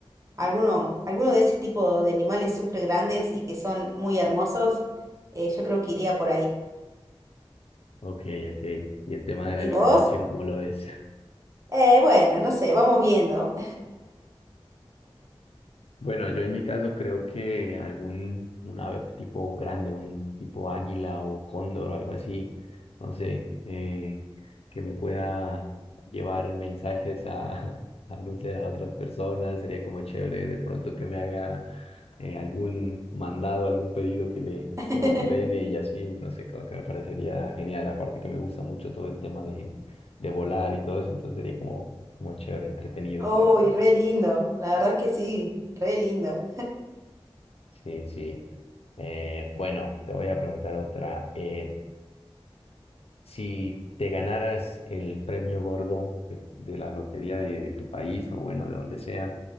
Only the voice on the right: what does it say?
alguno, alguno de ese tipo de animales súper grandes y que son muy hermosos, eh, yo creo que iría por ahí.
¿Y
vos?
Eh, bueno, no sé, vamos viendo.
<laughs>
Oh,
y re lindo, la verdad es que sí, re lindo.